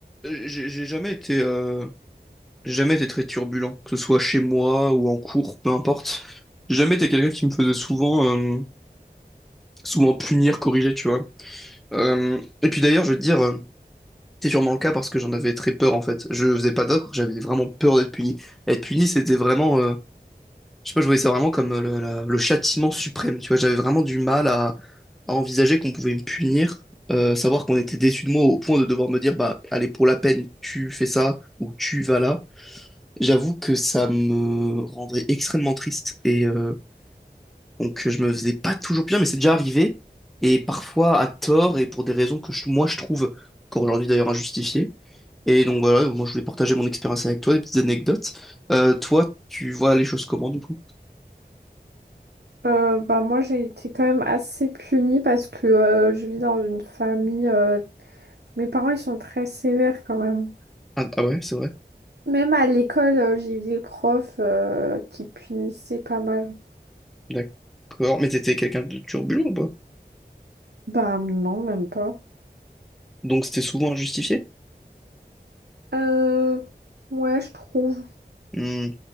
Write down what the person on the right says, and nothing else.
Euh, bah moi j'ai été quand même assez punie parce que euh, je vis dans une famille euh, mes parents ils sont très sévères quand même.
Même à l'école euh, j'ai eu des profs euh, qui punissaient pas mal.
Bah non même pas.
Euh, ouais je trouve.